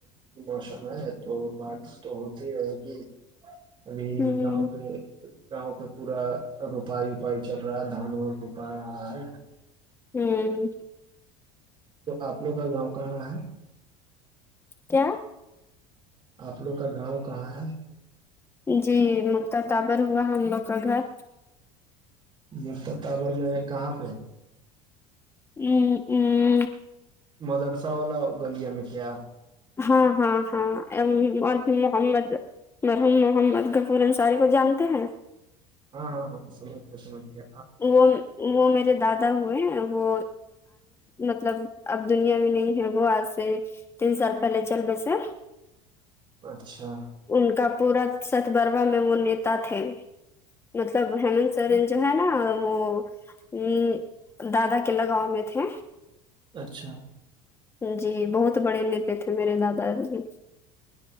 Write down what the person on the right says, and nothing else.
موسم ہے تو بارش تو ہوتی رہے گی ابھی
گاؤں پہ گاؤں پہ پورا روپائی وپائی چل رہا ہے دھان وان روپا آا ہے
آپ لوگ کا گاؤں کہاں ہے
آپ لوگ کا گاؤں کہاں ہے
مبر میں کہاں پہ ہے
مدرسہ والا گلیا میں کیا
ہاں ہاں سمھ سمجھ ہے
اچھا
اچھا